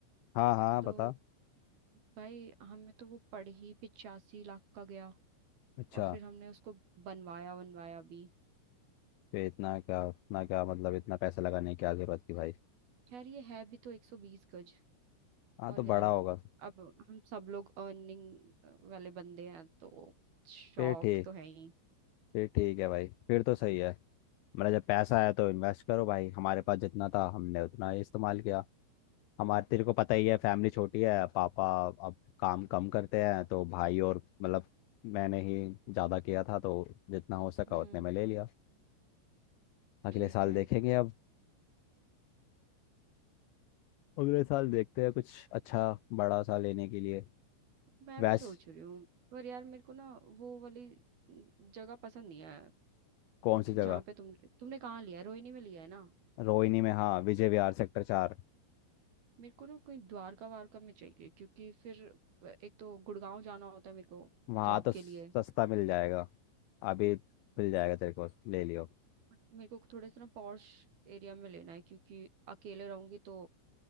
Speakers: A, on the left; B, on the right.
A: हाँ हाँ
B: तो
A: बता
B: भाई हमें तो वो पड़ ही पिचासी लाख का गया
A: अच्छा
B: और फिर हमने उसको बनवाया बनवाया भी
A: फिर इतना क्या इतना क्या मतलब इतना पैसा लगाने की क्या जरूरत थी भाई
B: खैर ये है भी तो एक सौ बीस गज
A: हाँ
B: और
A: तो
B: यार
A: बड़ा होगा
B: अब हम सब लोग अर्निंग वाले बंदे हैं तो शौक
A: फिर ठीक
B: तो है ही
A: फिर ठीक है भाई फिर तो सही है मेरा जब पैसा आया तो इन्वेस्ट करो भाई हमारे पास जितना था हमने उतना ही इस्तेमाल किया हमारे तेरे को पता ही है फैमिली छोटी है पापा अब काम कम करते हैं तो भाई और मतलब मैंने ही ज़्यादा किया था तो जितना हो सका
B: हम्म
A: उतने में ले लिया अगले
B: ठीक
A: साल
B: है
A: देखेंगे अब अगले साल देखते हैं कुछ अच्छा बड़ा सा लेने के लिए
B: मैं
A: वैस
B: भी सोच रही हूँ पर यार मेरे को ना वो वाली जगह पसंद नहीं है
A: कौन सी
B: जहाँ
A: जगह
B: पे तुम तुमने कहाँ लिया है रोहिणी में लिया है ना
A: रोहिणी में हाँ विजय विहार सेक्टर चार
B: मेरे को ना कहीं द्वारका वारका में चाहिए क्योंकि फिर एक तो गुड़गांव जाना होता है मेरे को
A: वहाँ
B: जॉब
A: तो
B: के
A: सस्ता
B: लिए
A: मिल जाएगा अभी मिल जाएगा तेरे को ले लियो
B: बट मेरे को थोड़े से ना पॉश एरिया में लेना है क्योंकि अकेले रहूंगी तो